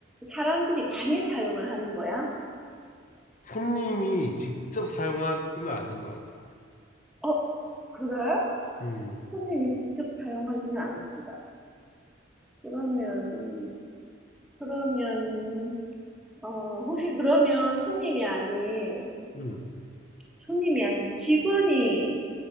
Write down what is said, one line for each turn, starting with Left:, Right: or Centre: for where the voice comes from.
Centre: 사람들이 많이 사용을 하는 거야?
Left: 손님이 직접 사용하지는 않는 것 같아.
Centre: 어, 그래?
Left: 음,
Centre: 손님이 직접 사용하지는 않는다. 그러면, 그러면, 어, 혹시 그러면 손님이 아닌,
Left: 음.
Centre: 손님이 아닌 직원이